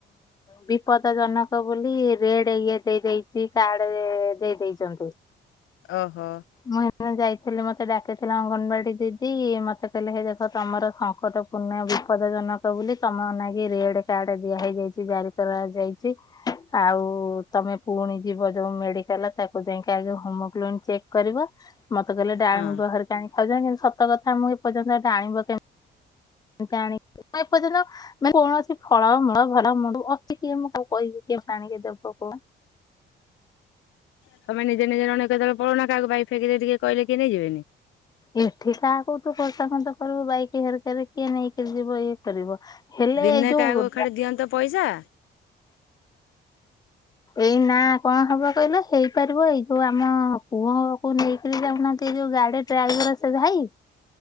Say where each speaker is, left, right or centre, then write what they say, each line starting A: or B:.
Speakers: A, on the left (about 20°); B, on the left (about 85°).
A: ବିପଦ ଜନକ ବୋଲି ରେଡେ ଇଏ ଦେଇ ଦେଇଚି କାର୍ଡ ଏ-ଦେଇ ଦେଇଚନ୍ତି।
B: ଓହୋ।
A: ମୁଁ ହେତିପାଇଁ ଯାଇଥିଲି ମତେ ଡାକିଥିଲା ଅଙ୍ଗନବାଡି ଦିଦି ମତେ କହିଲେ ହେ ଦେଖ ତମର ସଙ୍କଟ ପୁର୍ଣ୍ଣ ବିପଦ ଜନକ ବୋଲି ତମ ନାଗି ରେଡେ କାର୍ଡ ଦେଇ ଦିଆ ହେଇଯାଇଚି ଜାରି କରାଯାଇଚି। ଆଉ ତମେ ପୁଣି ଯିବ ଯଉ ମେଡିକାଲ ତାକୁ ଯାଇକି ଆଗ ହୋମୋଗ୍ଲୋବିନି ଚେକ୍ କରିବ ମତେ କହିଲେ ଡାଳିମ୍ବ
B: ହଁ
A: ହେରିକା ଆଣି ଖାଇବ ଯେ କିନ୍ତୁ ସତ କଥା ମୁଁ ଏପର୍ଯ୍ୟନ୍ତ ଡାଳିମ୍ବ କେମ୍ ଆଣି ଏପର୍ଯ୍ୟନ୍ତ କୌଣସି ଫଳ ମୂଳ ଭଲ <unintelligible> କିଏ ମୁଁ କାହାକୁ କହିବି କିଏ ମତେ ଆଣିକି ଦବ କଣ
B: <unintelligible>
A: ଏଠି କାହାକୁ ତୁ ଖୋସାମତ କରିବୁ ବାଇକି ହେରିକାରେ କିଏ ନେଇକି ଯିବ ଇଏ କରିବ। ହେଲେ
B: ଦିନେ
A: ଏଇ ଯୋଉ
B: କାହାକୁ ଖାଡେ ଦିଅନ୍ତ ପଇସା
A: ଏଇ ନା କଣ ହବ କହିଲ ହେଇପାରିବ ଏଇ <unintelligible> ଆମ ପୁଅ କୁ ନେଇକରି ଯାଉନାହାନ୍ତି ଯଉ ଗାଡି ଡ୍ରାଇଭର ସେ ଭାଇ